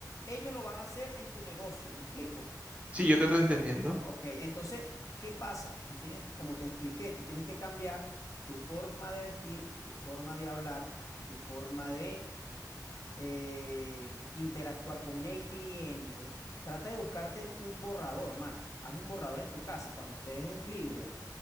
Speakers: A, on the left (about 50°); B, on the right (about 20°).
A: ellos lo van a hacer en tu negocio. ¿Me explico?
B: sí, yo te estoy entendiendo.
A: Ok, entonces, ¿qué pasa? Tú tienes, como te expliqué, tú tienes que cambiar tu forma de vestir, tu forma de hablar, tu forma de eh, interactuar con el cliente. Trata de buscarte un borrador, mano. Hazle un borrador en tu casa cuando estés libre.